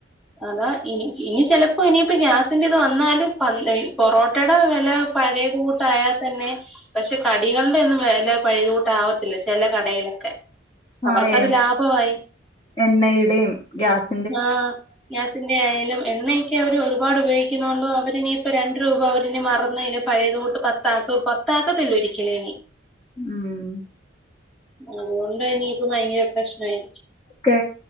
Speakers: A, in the centre; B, on the left.
A: അതാ ഇനി ഇനി ചെലപ്പോ ഇനിയിപ്പോ ഗ്യാസിന്റെ ഇത് വന്നാലും പ പൊറോ ട്ടെ ട വെല പഴേത് കൂട്ടായ തന്നെ പക്ഷെ കടികളുടൊന്നും വെല പഴേത് കൂട്ടാവത്തില്ല ചെലെ കടയിലൊക്കെ അവർക്കത്
B: ആ എണ്ണ
A: ലാഭമായി
B: എണ്ണയുടെയും ഗ്യാസ്
A: ആ ഗ്യാസിന്റെയായാലും എണ്ണയൊക്കെ അവര് ഒരുപാട് ഉപയോഗിക്കുന്നോണ്ടും അവര്നിയിപ്പോ രണ്ട് രൂപ അവര്ന് മറന്നേനും പഴേത് കൂട്ട് പത്താക്ക പത്താക്കത്തില്ലൊരിക്കലെനി
B: ഉം
A: അതുകൊണ്ട് ഇനിയിപ്പ ഭയങ്കര പ്രശ്നായിരിക്കും.
B: ക്കെ